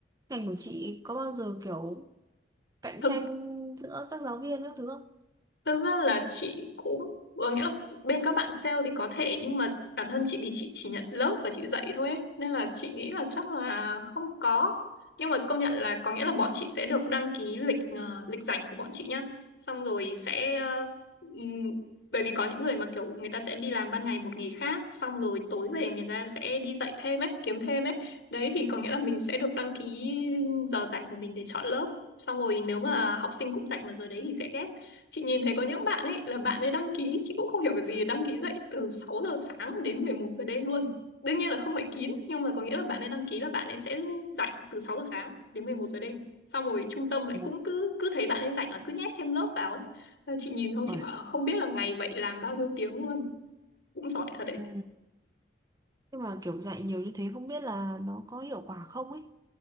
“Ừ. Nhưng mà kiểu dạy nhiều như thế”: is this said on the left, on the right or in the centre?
Right